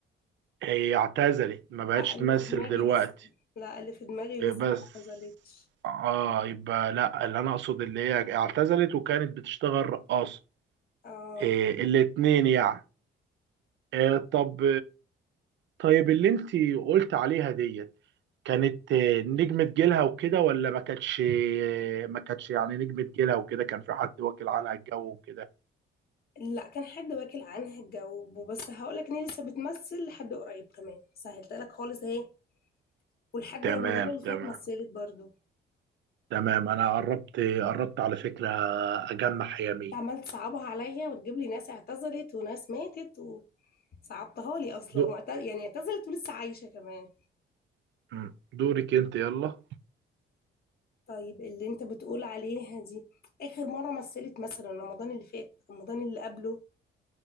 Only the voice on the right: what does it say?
هي اعتزلت ما بقتش
تمثل
دلوقتي
إيه
بس
اه يبقى لا اللي انا اقصد اللي هي اعتزلت وكانت بتشتغل رقاصة
إيه الاتنين يعني إيه طب طيب اللي انت قلت عليها ديت كانت آه، نجمة جيلها وكده ولا ما كانتش آه، ما كانتش يعني نجمة جيلها وكده كان في حد واكل عنها الجو وكده
تمام
تمام
تمام انا قربت قربت على فكرة اجمع يمين
دو
مم. دورك انت يلا